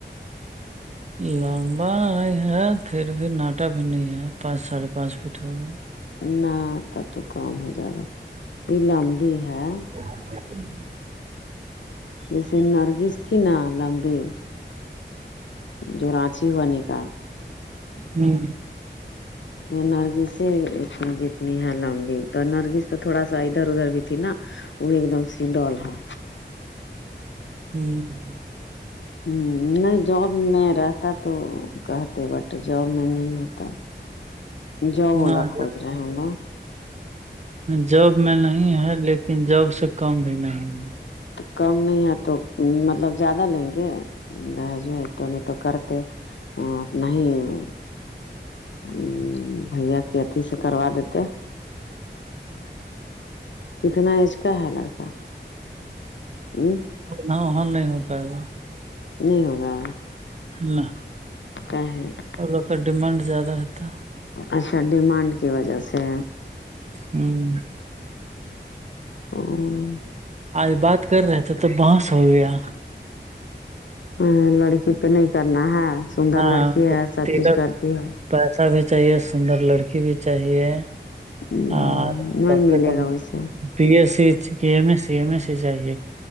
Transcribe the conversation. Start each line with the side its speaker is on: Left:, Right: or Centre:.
Right: لمبا نہیں ہے پھر بھی ناٹا بھی نہیں ہے پانچ ساڑھے پانچ فٹ ہوگا
Left: نہ تب تو کام ہو جائے گا یہ لمبی ہے
Right: <inaudible> <unintelligible>
Left: جیسے نرگس تھی نا لمبے جو رانچی ہوا ن کاا
Right: ہوں
Left: نرگس ہی ا جتنی ہے لمبی تو نرگس تو تھوڑا سا ادھر ادھر بھی تھی نا وہ ایک دم سیڈل ہے
Right: ہوں
Left: ہ نہیں جاب میں رہتا تو کہتے بٹ جاب میں نہیں آتا جو بولا
Right: نہ
Left: کھوز رہا ہے ہم لوگ
Right: جاب میں نہیں ہے لیکن جاب سے کم بھی نہیں ہے
Left: تو کم نہیں ہے تو مطلب زیادہ لیں گے رہج تو نہیں تو کرتے ا نہیں ہی <unintelligible> ہ بھیا کے اتھی سے کروا دیتے کتنا ایج کا ہے لڑکا ہ
Right: ہاں وہاں نہیں ہو پائے گا
Left: نہیں ہوگا
Right: اللہ <unintelligible>
Left: کا <unintelligible>
Right: اور لوگ کا ڈیمانڈ زیادہ رہتا
Left: اچھا ڈیمانڈ کی وجہ سے
Right: ہوں
Left: اور <unintelligible>
Right: آج بات کر رہے تھے تو بس ہو گیا
Left: ہ لڑکی پہ نہیں کرنا ہے سندر
Right: نہ
Left: لڑکی
Right: تلک
Left: ہے سب چیز کرتی ہے
Right: پیسہ بھی چاہیے سندر لڑکی بھی چاہیے
Left: نہیں
Right: اور کم
Left: ملے
Right: سے کم
Left: گا ویسے
Right: بی ایس سی کہ M S C C M S C چاہیے